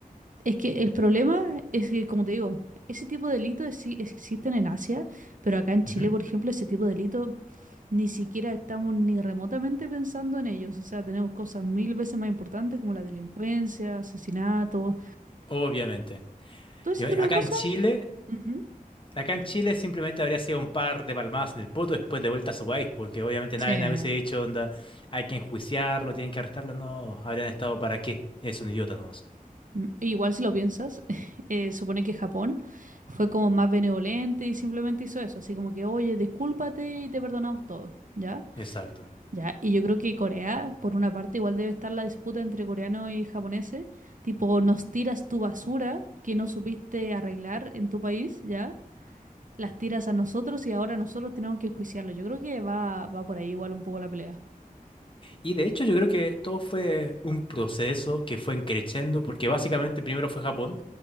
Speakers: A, on the right; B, on the left.
A: es que el problema es que, como te digo, ese tipo de delitos sí existen en Asia, pero acá en Chile,
B: Ujú.
A: por ejemplo, ese tipo de delitos ni siquiera estamos ni remotamente pensando en ellos. O sea, tenemos cosas mil veces más importantes como la delincuencia, asesinatos,
B: Obviamente.
A: todo ese
B: Y oye,
A: tipo
B: acá
A: de cosas.
B: en Chile,
A: Ujú.
B: acá en Chile simplemente habría sido un par de palmadas en el poto después de vuelta a su país, porque obviamente
A: Sí.
B: nadie hubiese dicho, onda, hay que enjuiciarlo, tienen que arrestarlo. No, habrían estado para qué. Es un idiota nomás.
A: Mm, Igual si lo piensas, <laughs> eh, supone que Japón fue como más benevolente y simplemente hizo eso, así como que, oye, discúlpate y te perdonamos todo, ¿ya?
B: Exacto.
A: Ya, y yo creo que Corea, por una parte, igual debe estar la disputa entre coreanos y japoneses, tipo, nos tiras tu basura que no supiste arreglar en tu país, ¿ya? Las tiras a nosotros y ahora nosotros tenemos que juiciarlo. Yo creo que va, va por ahí igual un poco la pelea.
B: Y de hecho yo creo que todo fue un proceso que fue creciendo, porque básicamente primero fue Japón,